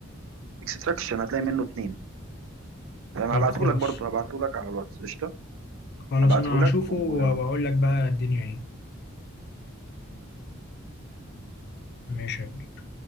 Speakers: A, on the right; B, on the left.
A: اكستراكشن هتلاقي منه اتنين تمام
B: طب
A: هبعتهولك
B: خلاص
A: برضه هبعتهولك على الواتس قشطة
B: خلاص
A: هبعتهولك
B: انا هشوفه
A: وتمام
B: واقول لك بقى الدنيا ايه ماشي يا كبير.